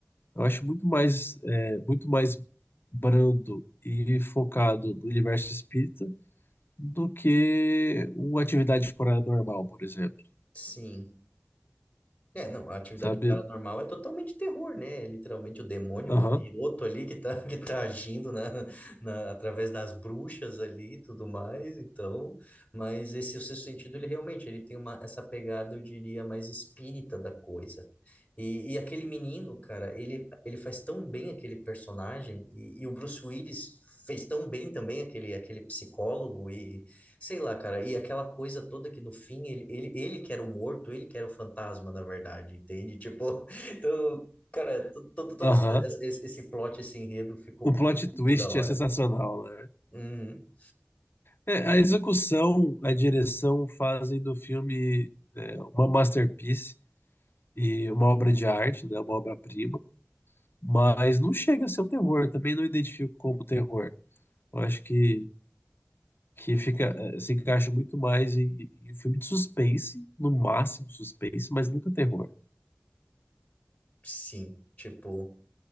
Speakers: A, on the left; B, on the left.
A: eu acho muito mais, é, muito mais brando e focado no universo espírita do que uma Atividade Paranormal, por exemplo,
B: Sim. É, não, a atividade
A: sabe?
B: paranormal é totalmente terror, né? É literalmente o demônio,
A: Aham.
B: o capiroto ali que tá, <laughs> que tá agindo na, na, através das bruxas ali e tudo mais, então, mas esse o sexto sentido, ele realmente, ele tem uma, essa pegada, eu diria, mais espírita da coisa. E, e aquele menino, cara, ele, ele faz tão bem aquele personagem, e, e o Bruce Willis fez tão bem também aquele, aquele psicólogo Sei lá, cara, e aquela coisa toda que no fim ele, ele, ele que era o morto, ele que era o fantasma, na verdade, entende? Tipo, <laughs> então, cara, to- to- todo
A: Aham,
B: essa- esse, esse plot, esse enredo ficou
A: O plot
B: muito
A: twist
B: da hora.
A: é sensacional, né?
B: Uhum.
A: É, a execução, a direção fazem do filme é, uma masterpiece e uma obra de arte, né, uma obra-prima, mas não chega a ser um terror, também não identifico como terror. Eu acho que, que fica, eh, se encaixa muito mais em, em um filme de suspense, no máximo suspense, mas nunca terror.
B: Sim, tipo,